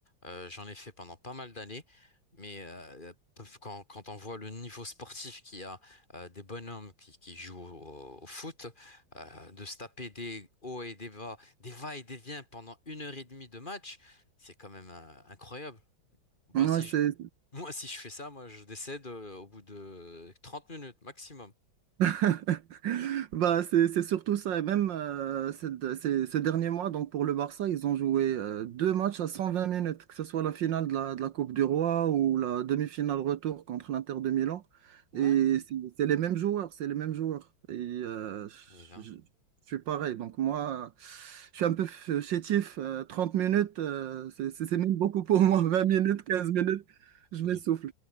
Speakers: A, on the left (about 25°); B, on the right (about 65°).
A: euh, j'en ai fait pendant pas mal d'années. Mais euh, quand, quand on voit le niveau sportif qu'il y a, euh, des bonhommes qui, qui jouent au, au foot, euh, de se taper des hauts et des bas, des va et des viens pendant une heure et demie de match. C'est quand même euh, incroyable. Moi,
B: Ouais,
A: si
B: c'est
A: je, moi, si je fais ça, moi, je décède euh, au bout de 30 minutes maximum.
B: <laughs> Bah, c'est, c'est surtout ça. Et même euh, cette- ces, ces derniers mois, donc pour le Barça, ils ont joué euh, deux matchs à 120 minutes, que ce soit la finale de la, de la Coupe du Roi ou la demi-finale retour contre l'Inter de Milan.
A: Ouais.
B: Et c'est c'est les mêmes joueurs, c'est les mêmes joueurs. Et euh,
A: Et ben,
B: je, je suis pareil. Donc moi, je suis un peu f- chétif. euh, 30 minutes, euh, c'est c'est- c'est même beaucoup pour moi. 20 minutes, 15 minutes, je
A: j-
B: m'essouffle.